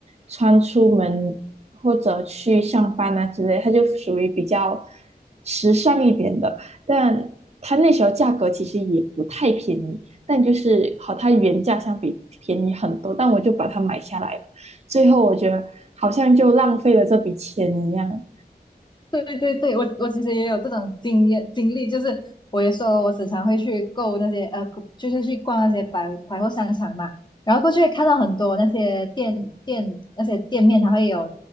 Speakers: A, on the right (about 40°); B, on the left (about 25°).
A: 穿出门或者去上班啊之类，它就属于比较时尚一点的。但它那时候价格其实也不太便宜，但就是和它原价相比便宜很多，但我就把它买下来了。最后我觉得好像就浪费了这笔钱一样，
B: 对对对，我我其实也有这种经验经历，就是我也说我时常会去购那些呃，就是去逛那些百百货商场嘛，然后过去会看到很多那些店店那些店面，它会有